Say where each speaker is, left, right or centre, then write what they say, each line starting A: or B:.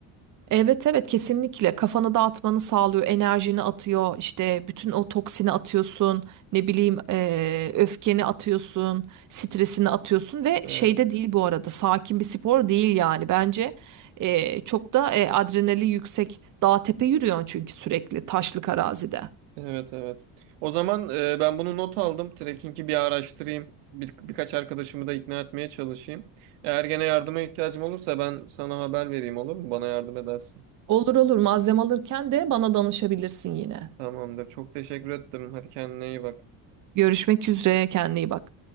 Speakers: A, on the right; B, on the right.
A: Evet evet kesinlikle kafanı dağıtmanı sağlıyor enerjini atıyor işte bütün o toksini atıyorsun ne bileyim eee, öfkeni atıyorsun stresini atıyorsun ve
B: Evet.
A: şeyde değil bu arada sakin bir spor değil yani bence eee, çok da eee, adrenali yüksek dağ tepe yürüyorsun çünkü sürekli taşlık arazide.
B: Evet evet. O zaman e, ben bunu not aldım. Trekking'i bir araştırayım. Bir, birkaç arkadaşımı da ikna etmeye çalışayım. Eğer gene yardıma ihtiyacım olursa ben sana haber vereyim olur mu? Bana yardım edersin.
A: Olur olur malzeme alırken de bana danışabilirsin yine.
B: Tamamdır. Çok teşekkür ettim. Hadi kendine iyi bak.
A: Görüşmek üzere kendine iyi bak.